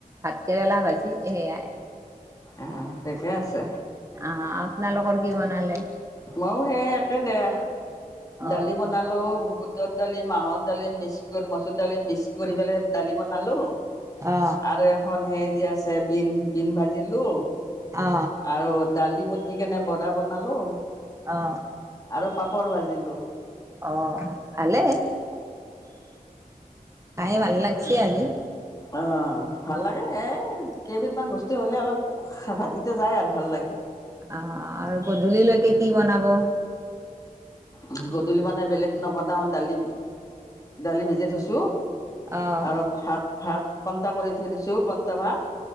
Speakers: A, on the right (about 20°); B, on the left (about 25°).
A: ভাত কেৰেলা ভাজি এ
B: অ সিকে আছে
A: অ আপোনালোকৰ কি বনালে
B: মইো সেই একে দেয়া
A: অ
B: দালি বনালোও বহুত পিতৰ দালি মাহৰ দালি মিক্স কৰি মচুৰ দালি মিক্স কৰি পেলাই দালি বনালোঁ
A: অ
B: আৰু এখন সেই যেি আছে বিন বিন ভাজিলো
A: অ
B: আৰু দালি বট কেনে বৰা বনালো
A: অ
B: আৰু পাপৰ ভাজিলো
A: অ ভালে খাই ভাল লাগছি আজি।
B: অ ভাল লাগে এই কেইবিধমান বস্তু হ'লে অলপ ভাতকেইটা যায় আৰু ভাল লাগে
A: আহ আৰু গধূলিলৈকে কি বনাব
B: উ গধূলি বনাই বেলেগ নবনাও দালি দালি ভিজাই থৈছো
A: আহ
B: আৰু ভাত ভাত পন্তা কৰি থৈ দিছো পন্তা ভাত